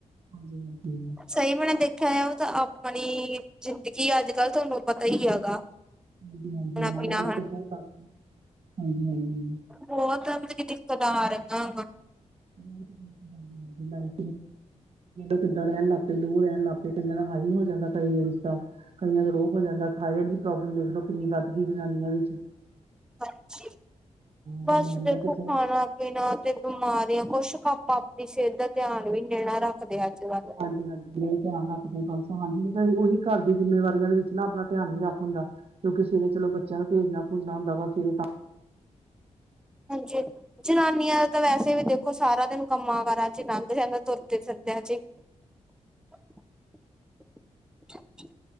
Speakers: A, on the right (about 50°); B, in the centre.
A: ਹਾਂਜੀ-ਹਾਂਜੀ।
B: ਸਈ ਮੈਂਨੇ ਦੇਖੇਆ ਐ ਓ ਤਾਂ ਆਪਣੀ ਜ਼ਿੰਦਗੀ ਅੱਜ-ਕੱਲ ਤੁਆਨੂੰ ਪਤਾ ਈ ਹੈਗਾ
A: ਹਾਂਜੀ-ਹਾਂਜੀ
B: ਖਾਣਾ ਪੀਣਾ
A: ਲਾਈਫ <unintelligible> ਹਾਂਜੀ
B: ਹੋਰ ਤੈਨੂੰ ਕੀ ਦੀਕਤ ਆ ਰੰਗਾਂ
A: <unintelligible> ਕੀਦਾਂ ਰੈਂਣ ਲੱਗ ਪੇ ਲੋਅ ਰੈਣ ਲਾ ਕੀਸੇ ਦੇਨ ਹਾਈ ਹੋ ਜਾਦਾ ਕਾ ਰੀਛਤਾ ਕਈਆਂ ਦਾ ਲੋ ਹੋ ਜਾਂਦਾ ਥਾਈਰਡ ਦੀ ਪ੍ਰੋਬਲਮ ਦੇਖਲੋ ਕੀਨੀ ਵੱਧ ਗਈ ਜਨਾਨੀਆਂ ਵੀਚ।
B: ਹਾਂਜੀ, ਬਸ
A: ਬਿਮਾਰੀਆਂ
B: ਦੇਖੋ
A: ਤੇ
B: ਖਾਣਾ
A: ਚਲੋ
B: ਬੀਨਾਂ ਤੇ ਬੀਮਾਰੀਆਂ ਕੁਛ ਕੁ ਆਪਾਂ ਆਪਣੀ ਸੇ ਦਾ ਧੇਆਨ ਵੀ ਨੀ ਣਾ ਰੱਖਦੇ ਅੱਜ-ਕੱਲ
A: ਹਾਂਜੀ-ਹਾਂਜੀ ਮੈਂ ਧੇਆਨ ਰੱਖਦੀ ਆ ਬਸ ਹਾਂਜੀ ਤਾਂ ਉਹੀ ਘਰ ਦੀ ਜਿੰਮੇਵਾਰੀਆਂ ਦੇ ਵੇਚ ਨਾ ਆਪਣਾ ਧੇਆਨ ਨੀ ਰੱਖ ਹੁੰਦਾ ਕੇਓਕੇ ਸਵੇਰੇ ਚਲੋ ਬੱਚੇਆਂ ਨੂੰ ਭੇਜਣਾ-ਭੂੰਜਣਾ ਹੁੰਦਾ ਵਾ ਸਵੇਰੇ ਤਾਂ
B: ਹਾਂਜੀ ਜਨਾਨੀਆਂ ਦਾ ਤਾਂ ਵੈਸੇ ਵੀ ਦੇਖੋ ਸਾਰਾ ਦੇਨ ਕੰਮਾਂ ਕਾਰਾਂ ਚ ਲੰਘ ਜਾਂਦਾ ਤੁਰਦੇ ਫਿਰਦੇਆਂ ਚ ਈ। <inaudible>